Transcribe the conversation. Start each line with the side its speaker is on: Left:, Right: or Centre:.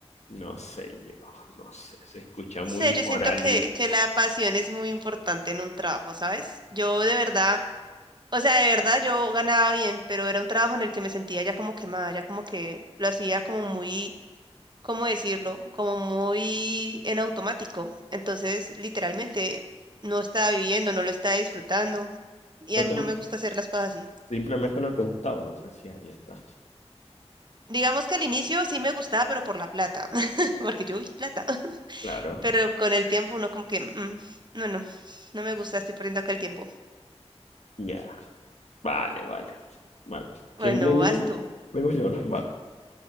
Left: No sé yo, no sé, se escucha muy
Right: No sé,
Left: moralista.
Right: yo siento que, que la pasión es muy importante en un trabajo, ¿sabes? Yo de verdad... O sea, de verdad yo ganaba bien, pero era un trabajo en el que me sentía ya como quemada, ya como que lo hacía como muy, ¿cómo decirlo? Como muy en automático. Entonces, literalmente, no estaba viviendo, no lo estaba disfrutando. Y
Left: No
Right: a mí
Left: te-
Right: no me gusta hacer las cosas así.
Left: simplemente no te gustaba lo que hacía. ya está.
Right: Digamos que al inicio sí me gustaba, pero por la plata, <laughs> porque yo, uy, plata.
Left: Claro,
Right: Pero con el tiempo uno como que, "Mm, mm, no, no, no me gusta, estoy perdiendo acá el tiempo.
Left: ya, vale, vale, vale. ¿Quién
Right: Bueno,
Left: venía?
Right: vas tú.
Left: Vengo yo, ¿no? Vale.